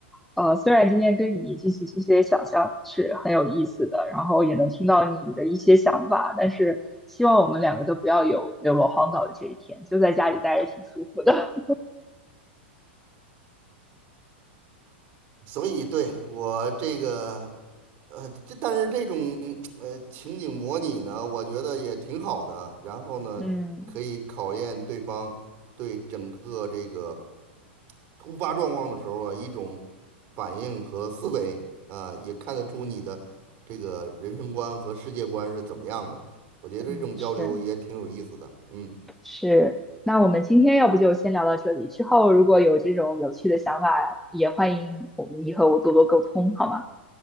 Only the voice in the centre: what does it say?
呃，虽然今天跟你进行这些想象是很有意思的，然后也能听到你的一些想法，但是希望我们两个都不要有流落荒岛的这一天，就在家里待着挺舒服的。
<laughs> 嗯
嗯，是。
是，那我们今天要不就先聊到这里，之后如果有这种有趣的想法，也欢迎你和我们以后多多沟通，好吗？